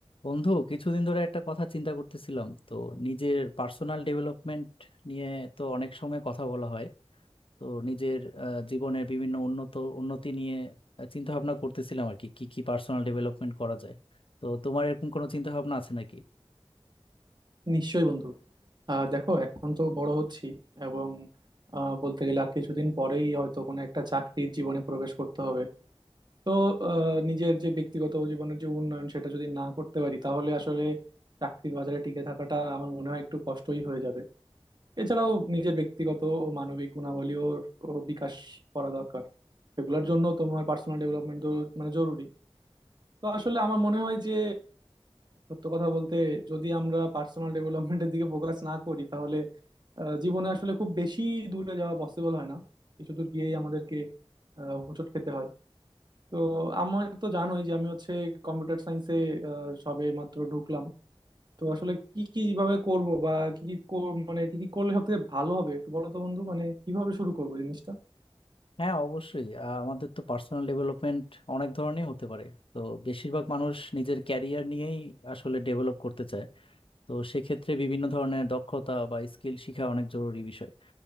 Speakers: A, on the left; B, on the right.
A: বন্ধু কিছুদিন ধরে একটা কথা চিন্তা করতেছিলাম তো নিজের পার্সোনাল ডেভেলপমেন্ট নিয়ে তো অনেক সময় কথা বলা হয় তো নিজের আহ, জীবনের বিভিন্ন উন্নত উন্নতি নিয়ে চিন্তা ভাবনা করতেছিলাম আর কি কি কি পার্সোনাল ডেভেলপমেন্ট করা যায় তো তোমার এরকম কোনো চিন্তা ভাবনা আছে নাকি
B: নিশ্চয়ই বন্ধু আহ দেখো এখন তো বড় হচ্ছি এবং আহ, বলতে গেলে আর কিছুদিন পরেই হয়তো কোনো একটা চাকরির জীবনে প্রবেশ করতে হবে তো আহ, নিজের যে ব্যক্তিগত জীবনের যে উন্নয়ন সেটা যদি না করতে পারি তাহলে আসলে চাকরির বাজারে টিকে থাকাটা আমার মনে হয় একটু কষ্টই হয়ে যাবে এছাড়াও নিজের ব্যক্তিগত ও মানবিক গুণাবলীও ও বিকাশ করা দরকার সেগুলোর জন্য তোমার পার্সোনাল ডেভেলপমেন্ট মানে জরুরি তো আসলে আমার মনে হয় যে সত্য কথা বলতে যদি আমরা পার্সোনাল ডেভেলপমেন্টের দিকে ফোকাস না করি তাহলে আহ, জীবনে আসলে খুব বেশি দূরে যাওয়া পসিবল হয় না কিছু দূর গিয়েই আমাদেরকে আহ, হোঁচট খেতে হয় তো আমার তো জানোই যে আমি হচ্ছে কম্পিউটার সায়েন্সে সবে মাত্র ঢুকলাম তো আসলে কি কি কিভাবে করব বা কি কি কর- মানে কি কি করলে সব থেকে ভালো হবে একটু বলো তো বন্ধু মানে কিভাবে শুরু করবো জিনিসটা
A: হ্যাঁ অবশ্যই আহ, আমাদের তো পার্সোনাল ডেভেলপমেন্ট অনেক ধরনের হতে পারে তো বেশিরভাগ মানুষ নিজের ক্যারিয়ার নিয়েই আসলে ডেভেলপ করতে চায় তো সেক্ষেত্রে বিভিন্ন ধরনের দক্ষতা বা স্কিল শেখা অনেক জরুরি বিষয়